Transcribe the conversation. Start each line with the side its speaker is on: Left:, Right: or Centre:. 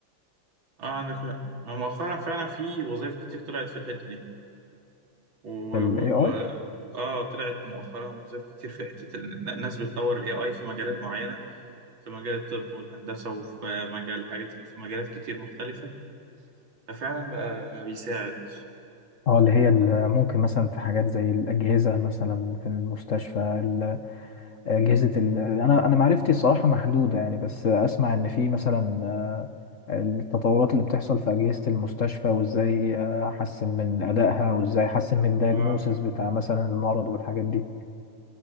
Right: اه عندك حق ما مؤخرا فعلا في وظائف كتير طلعت في الحتة دي و... و...
Left: ال AI
Right: و... اه طلعت مؤخرا وظائف كتير في حتة ال- الناس بتطور الاي اي في مجالات معينة في مجال الطب والهندسة وفي مجال حاجات في مجالات كتير مختلفة ففعلا بقى بيساعد
Left: اه اللي هي ال- ممكن مثلا في حاجات زي الأجهزة مثلا في المستشفى ال- أجهزة ال... أنا أنا معرفتي الصراحة محدودة يعني بس أسمع إن في مثلا التطورات اللي بتحصل في أجهزة المستشفى وإزاي آه، أحسن من أدائها وإزاي أحسن من الدياجنوسيس
Right: اه
Left: بتاع مثلا المرض والحاجات دي